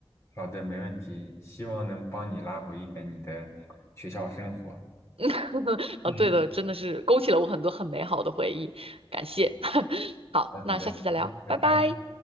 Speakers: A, on the left; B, on the right.
A: 好的，没问题，希望能帮你拉回一点你的学校生活。
B: <laughs> 啊，
A: 嗯，
B: 对的，真的是勾起了我很多很美好的回忆，感谢。
A: 嗯，
B: <laughs> 好，
A: 好的，
B: 那下次再聊，
A: 好的，拜拜。
B: 拜拜。